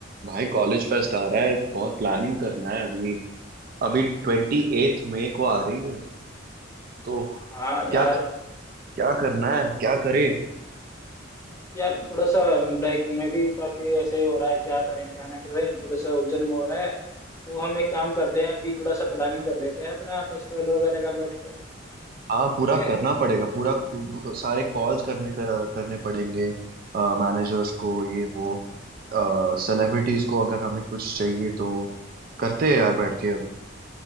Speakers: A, on the right (about 45°); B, on the left (about 15°).
A: भाई college fest आ रहा है बहुत प्लानिंग करना है अभी अभी ट्वेंटी एथ मई को आ रही है तो
B: हाँ यार
A: क्या क्या करना है क्या करे
B: यार थोड़ा सा लाइक मैं भी काफी ऐसे हो रहा है क्या करें क्या ना करें थोड़ा सा उलझन में हो रहा है तो हम एक काम करते हैं अभी थोड़ा सा प्लानिंग कर लेते हैं अपना फेस्टिवल वगैरह का बैठ के
A: हाँ पूरा
B: ठीक है
A: करना पड़ेगा पूरा सारे कॉल्स करने करने पड़ेंगे मैनेजर्स को ये वो सेलिब्रिटीज को अगर हमें कुछ चाहिए तो करते हैं यार बैठ के अब